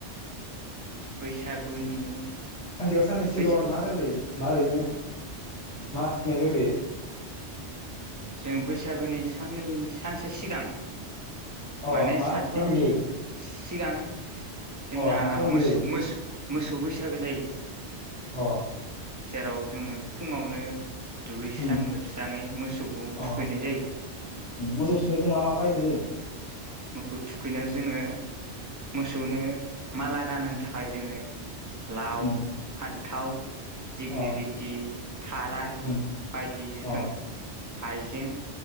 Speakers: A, on the right; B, on the left.
A: बैसागुनि
B: सानसेयाव साननै सिगाङाव
A: बैसाग
B: आरो मा जाग्लोयो मा ओरैनो मा थुनाय जाग्रोयो?
A: जों बैसागुनि साननै सानसे सिगां
B: अ
A: माने
B: मा
A: सात
B: खालामनाय
A: दिननि
B: जायो
A: सिगां जोंना
B: अ मा खालामनाय
A: मोसौ
B: जायो
A: मोस मोसौ बैसागो जायो।
B: अ
A: जेराव जोङो फुङावनो दुगैस्रां
B: उम
A: लोबस्राङै मोसौ थुखैनाय
B: अ
A: जायो।
B: मोसौ थुखैनायाव जों मा मा बाहायनाय जायो?
A: मोखौ थुखैनायाव जोङो मोसौनो माला गानहोनो थाखाय जोङो लाव,
B: उम
A: फान्थाव दिग्लि
B: अ
A: लथि थाराय
B: उम
A: बायदि रोखोम
B: अ
A: हाइजें